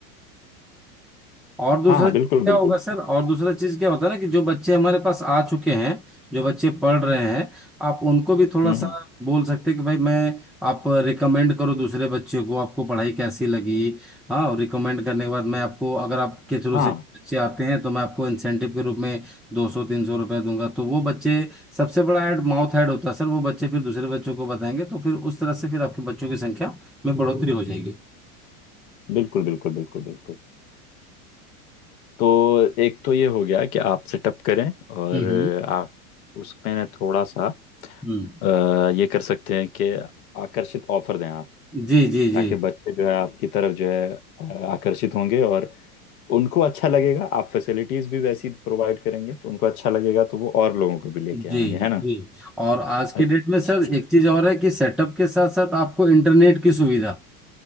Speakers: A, in the centre; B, on the left (about 65°).
A: और दूसरा
B: हाँ हाँ
A: चीज
B: बिल्कुल
A: क्या
B: बिल्कुल
A: होगा
B: बिल्कुल
A: सर और दूसरा चीज क्या होता है ना कि जो बच्चे हमारे पास आ चुके हैं जो बच्चे पढ़ रहे हैं आप उनको भी थोड़ा
B: हम्म हम्म,
A: सा बोल सकते हैं कि भाई मैं आप रिकमेंड करो दूसरे बच्चे को आपको पढ़ाई कैसी लगी हाँ और रिकमेंड करने के बाद मैं आपको अगर आपके थ्रू
B: हाँ
A: से बच्चे आते हैं तो मैं आपको इंसेंटिव के रूप में दो सौ तीन सौ रुपया दूंगा तो वो बच्चे सबसे बड़ा ऐड माउथ ऐड होता है सर वो बच्चे फिर दूसरे बच्चों को बताएंगे तो फिर उस तरह से फिर आपके बच्चों की संख्या में बढ़ोतरी हो जाएगी
B: बिल्कुल बिल्कुल बिल्कुल बिल्कुल तो एक तो ये हो गया कि आप सेटअप करें और
A: हम्म हम्म
B: आप उसमें थोड़ा सा
A: हम्म।
B: अ, ये कर सकते हैं कि आकर्षित ऑफर दें आप
A: जी जी
B: ताकि
A: जी
B: बच्चे जो है आपकी तरफ जो है अ, आकर्षित होंगे और उनको अच्छा लगेगा आप फैसिलिटीज भी वैसी प्रोवाइड करेंगे तो उनको अच्छा लगेगा तो वो और लोगों को भी लेके
A: जी
B: आएंगे है ना
A: जी और आज के
B: अच्छा
A: डेट में सर एक चीज और है कि सेटअप के साथ साथ आपको इंटरनेट की सुविधा